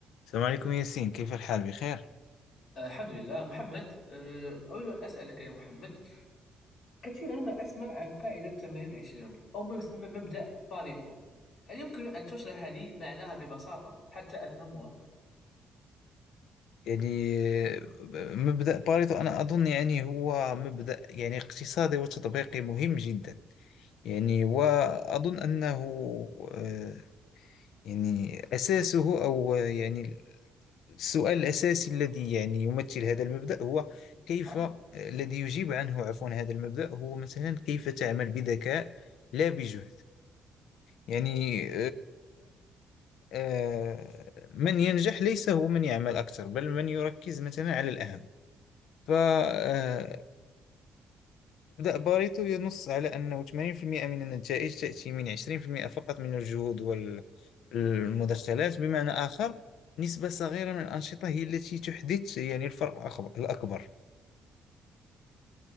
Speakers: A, on the left; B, on the left.
A: السلام عليكم ياسين كيف الحال بخير
B: آه، الحمد لله محمد آه، أريد أن أسألك يا محمد كثيرا ما أسمع عن قاعدة 80 20 أو ما يسمى مبدأ باريتو هل يمكن أن تشرح لي معناها ببساطة حتى أفهمها؟
A: يعني آه، مبدأ باريتو أنا أظن يعني هو مبدأ يعني اقتصادي وتطبيقي مهم جدا يعني وأظن أنه آه، يعني أساسه أو آه، يعني السؤال الأساسي الذي يعني يمثل هذا المبدأ هو كيف
B: نعم
A: آه، الذي يجيب عنه عفوا هذا المبدأ هو مثلا كيف تعمل بذكاء لا بجهد يعني آه، من ينجح ليس هو من يعمل أكثر بل من يركز مثلا على الأهم فمبدأ باريتو ينص على أنه 80% من النتائج تأتي من 20% فقط من الجهود والمدخلات بمعنى آخر نسبة صغيرة من الأنشطة هي التي تحدث يعني الفرق الأخب- الأكبر